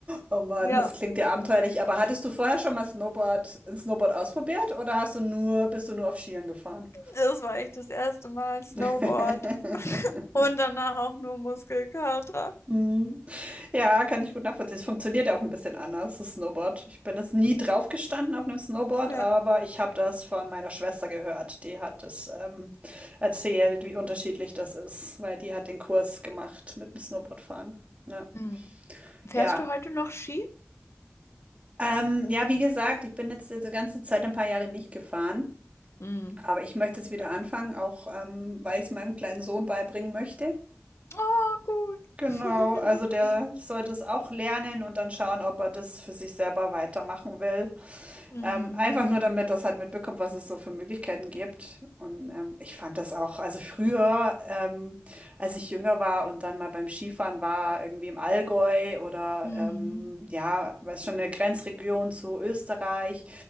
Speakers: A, on the right; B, on the left.
A: oh Mann,
B: Ja,
A: das klingt ja abenteuerlich. Aber hattest du vorher schon mal Snowboard, Snowboard ausprobiert oder hast du nur, bist du nur auf Skiern gefahren?
B: das war echt das erste Mal Snowboard
A: <laughs>
B: und danach auch nur Muskelkater.
A: Mhm. Ja, kann ich gut nachvollziehen. Es funktioniert ja auch ein bisschen anders, das Snowboard. Ich bin jetzt nie drauf gestanden auf einem Snowboard,
B: Ja.
A: aber ich habe das von meiner Schwester gehört. Die hat es ähm, erzählt, wie unterschiedlich das ist, weil die hat den Kurs gemacht mit dem Snowboardfahren. Ja.
B: Hm. Fährst
A: Ja.
B: du heute noch Ski?
A: Ähm, ja, wie gesagt, ich bin jetzt die ganze Zeit ein paar Jahre nicht gefahren,
B: Hm.
A: aber ich möchte es wieder anfangen, auch ähm, weil ich es meinem kleinen Sohn beibringen möchte.
B: Oh, cool.
A: Genau, also
B: <laughs>
A: der sollte es auch lernen und dann schauen, ob er das für sich selber weitermachen will.
B: Mhm.
A: Ähm, einfach nur damit das halt mitbekommt, was es so für Möglichkeiten gibt. Und ähm, ich fand das auch, also früher, ähm, als ich jünger war und dann mal beim Skifahren war, irgendwie im Allgäu oder
B: Mhm.
A: ähm, ja, weiß schon, eine Grenzregion zu Österreich.